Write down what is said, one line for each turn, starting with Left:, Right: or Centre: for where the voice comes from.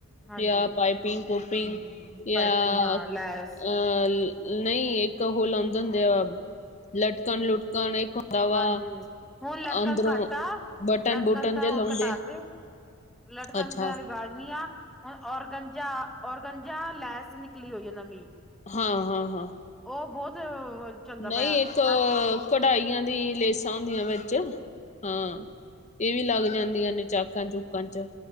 Centre: ਹਾਂਜੀ
Left: ਜਾਂ ਪਾਈਪਿੰਗ- ਕੋਪਿੰਗ
Centre: ਹਮ
Left: ਜਾਂ
Centre: ਪਾਈਪਿੰਨ ਹਾਂ ਲੈਸ
Left: ਅ ਨਹੀਂ, ਇੱਕ ਉਹ ਲਾਉਂਦੇ ਹੁੰਦੇ ਆ। ਲਟਕਣ- ਲੁਟਕਣ ਇੱਕ ਹੁੰਦਾ ਵਾ
Centre: ਹਾਂਜੀ। ਹੁਣ ਲਟਕਣ
Left: ਅੰਦਰੋਂ
Centre: ਨੂੰ ਘੱਟ ਆ।
Left: ਬਟਨ
Centre: ਲਟਕਣ
Left: ਬੁਟਨ
Centre: ਤਾਂ
Left: ਜੇ
Centre: ਹੁਣ
Left: ਲਾਉਂਦੇ
Centre: ਕਟਾ ਤੇ। ਲਟਕਣ
Left: ਅੱਛਾ
Centre: ਦਾਰੀ ਗੜਨੀ ਆ ਹੁਣ ਔਰਗੰਜਾ, ਔਰਗੰਜਾ ਲੈਸ ਨਿਕਲੀ ਹੋਈ ਹੈ ਨਵੀਂ।
Left: ਹਾਂ- ਹਾਂ- ਹਾਂ।
Centre: ਉਹ ਬਹੁਤ ਚੱਲਦਾ
Left: ਨਹੀਂ,
Centre: ਪਿਆ
Left: ਇੱਕ
Centre: ਹਰ
Left: ਕਢਾਈਆਂ ਦੀ ਲੇਸਾਂ ਹੁੰਦੀਆਂ ਵਿੱਚ ਹਾਂ। ਇਹ ਵੀ ਲੱਗ ਜਾਂਦੀਆਂ ਨੇ, ਚਾਕਾਂ-ਚੂਕਾਂ'ਚ।